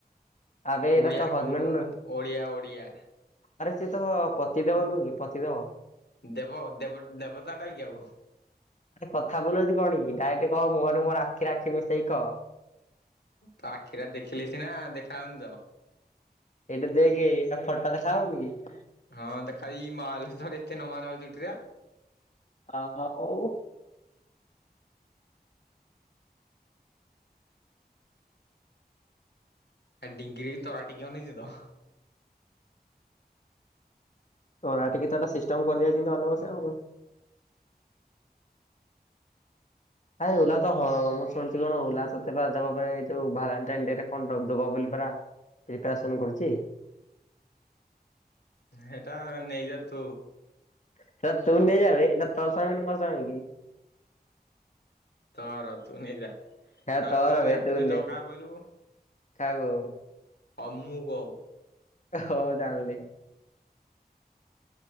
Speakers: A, on the left; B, on the left.
A: ଆବେ ଏଇଟା
B: ଓଡିଆରେ
A: ତ ହଜବେଣ୍ଡ
B: କହୁନୁ
A: ନୁହେଁ
B: ଓଡିଆ, ଓଡିଆ!
A: ଆରେ ସିଏ ତମ ପତିଦେବ ନୁହଁ କି ପତିଦେବ?
B: ଦେବ, ଦେବ ଦେବତାଟା କି ଆଉ?
A: ଆରେ କଥା ବୁଲଉଛୁ କଣ କି? ଡାଇକ୍ଟେ କହ ମୁହଁରେ ମୁହଁରେ ଆଖିରେ ଆଖି ମିଶେଇକି କହ।
B: ତ ଆଖିରା ଦେଖିଲେ ସିନା, ଦେଖା ଆଉନି ତ?
A: ଏଇଟା ଦେଖେ, ଏଇଟା ଫଟ ଦେଖା ହଉନି କି?
B: ହଁ, ଦେଖାଇ ମାଲ ତର ଏତେ ନମା ନମା ଚୁଟିରା?
A: ଆ-ଆ-ଉ।
B: ଏ ଡିଙ୍ଗିରି କି ତରାଟିକି ଅନେଇଚୁ ତ?
A: ତରାଟିକି ତଏନା ସିଷ୍ଟମ୍ କରିଦିଆଇଛି, ଜିଁତି ଅନେଇବ ସେ ଆଉ। ଆରେ ଓଲା ତ ହଁ, ମୁଁ ଶୁଣିୁଛି କଣ, ଓଲା ତତେ ପା ଦବା ପାଇଁ, ଯୋଉ ଭାଲେଣ୍ଟାଇନ୍ ଡେରେ କଣ ଦବ ବୋଲି ପରା? ପ୍ରିପାରେସନ୍ କରୁଚି?
B: ହେଟା ନେଇଯା ତୁ।
A: ସେଟା ତୁ ନେଇଯା ବେ ଏଇଟା ତୋ ସାଙ୍ଗନି, ମୋ ସାଙ୍ଗ କି?
B: ତର, ତୁ ନେଇ ଯା। ନହେଲେ
A: ସେଟା ତୋର
B: କହିବୁ
A: ବେ
B: ୟାକୁ
A: ତୁ
B: ଦେଇ
A: ନେ
B: ଦବ କାହାକୁ କହିଲୁ!
A: କାହାକୁ
B: ଅମୁକ
A: ହଅ ଜାଣିଲି।